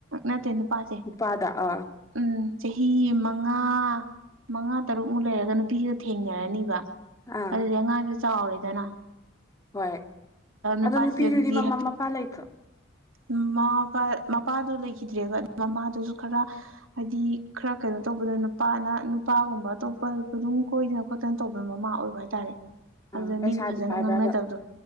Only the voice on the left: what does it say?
ꯄꯥꯗ ꯑꯥ
ꯑꯥ
ꯍꯣꯏ
ꯑꯗꯣ ꯅꯨꯄꯤꯗꯨꯗꯤ ꯃꯃꯥ ꯃꯄꯥ ꯂꯩꯇ꯭ꯔꯣ
ꯑꯥ ꯄꯩꯁꯥꯗꯤ
ꯄꯥꯏꯕ꯭ꯔꯕ